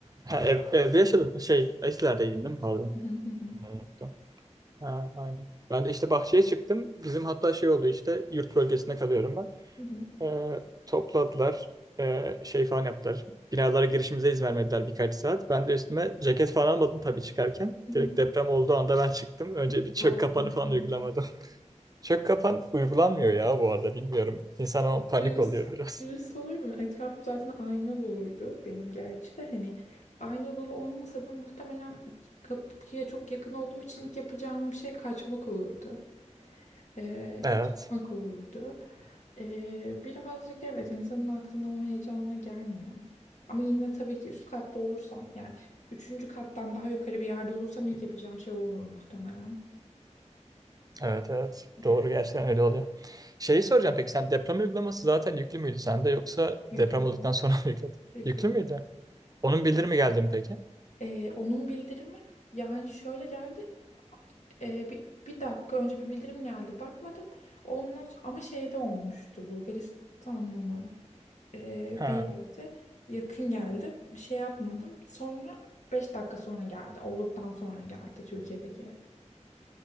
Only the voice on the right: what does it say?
ha, ev- evde yaşadın şey Eskilerdeydim değil mi? Pardon.
Onu unuttum. Ha, aynen. Ben de işte bahçeye çıktım. Bizim hatta şey oldu işte yurt bölgesinde kalıyorum ben.
Ee, topladılar. Ee, şey falan yaptılar. Binalara girişimize izin vermediler birkaç saat. Ben de üstüme ceket falan almadım tabii çıkarken.
Direkt deprem olduğu anda ben çıktım. Önce bir çök
kapanı
falan uygulamadım. <laughs> Çök kapan uygulanmıyor ya bu arada bilmiyorum. İnsan o an panik
oluyor biraz.
Evet.
Evet evet.
Doğru gerçekten öyle oluyor. Şeyi soracağım peki sen deprem uygulaması zaten yüklü müydü sende yoksa
deprem
olduktan
sonra mı yükledin?
Yüklü
müydü?
Onun bildirimi geldi mi peki?
Ha.